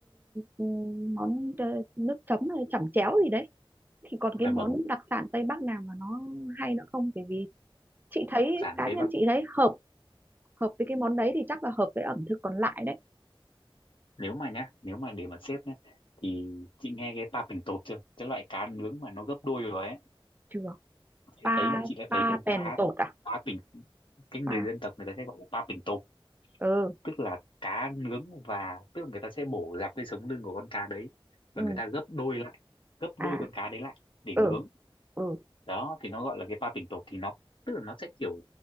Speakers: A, on the right; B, on the left.
A: ừ, món ờ, nước chấm hay chẩm chéo gì đấy thì còn
B: dạ
A: cái món
B: vâng
A: đặc sản Tây Bắc nào mà nó hay nữa không bởi vì chị thấy
B: sản
A: cá
B: tế
A: nhân
B: bào
A: chị thấy hợp hợp với cái món đấy thì chắc là hợp với ẩm thực còn lại đấy
B: nếu mà nhá nếu mà để mà xếp nhá thì chị nghe cái pa pình tột chưa cái loại cá nướng mà nó gấp đôi rồi ấy
A: chưa
B: chị đã
A: pa
B: thấy chị đã thấy
A: pa
B: con cá
A: bèn tột à
B: pa pình cái người
A: pa
B: dân tộc người ta sẽ gọi là pa pình tột
A: ừ
B: tức là cá nướng và tức là người ta sẽ bổ dọc cái sống lưng của con cá đấy
A: ừ
B: và người ta gấp đôi lại gấp
A: à
B: đôi con cá đấy lại để
A: ừ
B: nướng
A: ừ
B: đó thì nó gọi là cái pa pình tột thì nó tức là nó sẽ kiểu